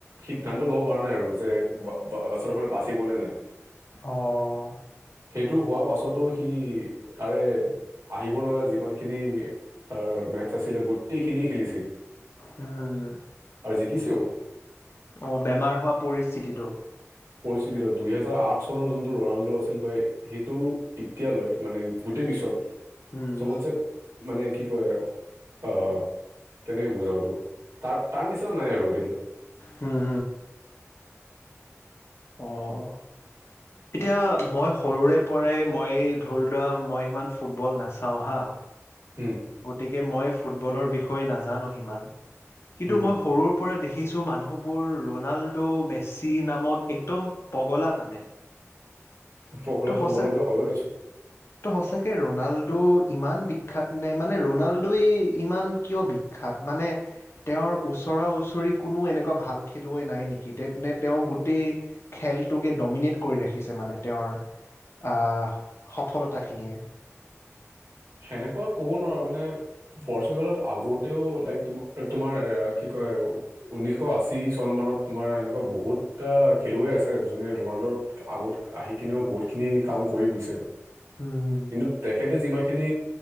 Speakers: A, on the right; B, on the left.
A: সিদ্ধান্ত ল'ব পৰা নাই আৰু যে আচলতে মানে বাচিব নে নাই
B: অহঁ।
A: সেইটো হোৱাৰ পাছতো সি তাৰে আহিব লগা যিমানখিনি তাৰ মেচ আছিলে গোটেইখিনি খেলিছিল।
B: উম।
A: জিকিছেও।
B: অ বেমাৰ হোৱা পৰিস্থিতিটো।
A: পৰিস্থিতি দুই হেজাৰ আঠ চনৰ যোনটো ৰনাল্ডো আছিল বা সেইটো এতিয়ালৈ মানে গোটেই বিশ্বত
B: উম,
A: চবতছে মানে কি কয়, আহ কেনেকে বুজাও এইটো তাৰ তাৰ নিচিনা নাই আৰু ৱৰ্ল্ডত।
B: হুম, অঁ। এতিয়া মই সৰুৰে পৰাই মই ধৰি লোৱা মই সিমান ফুটবল নাচাওঁ হা
A: হুম।
B: গতিকে মই ফুটবলৰ বিষয়ে নাজানো সিমান, কিন্তু
A: হম হম
B: মই সৰুৰ পৰা দেখি খিছো মানুহবোৰ ৰনাল্ডো, মেছী নামত একদম পগলা মানে।
A: পগলা
B: তো সঁচাকে
A: হ'ব লগা হয়ো দেচোন
B: তো সঁচাকে ৰ ৰনাল্ডো ইমান বিখ্যাত। নে? মানে ৰণাল্ডোই ইমান কিয় বিখ্যাত মানে তেওঁৰ ওচৰা উচৰি কোনো এনেকুৱা ভাল খেলুৱৈ নাই নেকি? তে তেওঁ গোটেই খেলটোকে ডমিনেট কৰি ৰাখিছে মানে। তেওঁৰ আহ সফলতাখিনিয়ে,
A: সেনেকুৱা ক'ব নোৱাৰো মানে পৰ্টুগালত আগতেও লাইক তম তোমাৰ কি কয়, উনিশ আশী চন মানত তোমাৰ এনেকুৱা বহুত খেলুৱৈ আছে যোনে ৰনাল্ডোৰ আগত আহি কিনেও বহুত খি নি কাম কৰি গৈ
B: উম
A: কিন্তু তেখেতে যিমান খিনি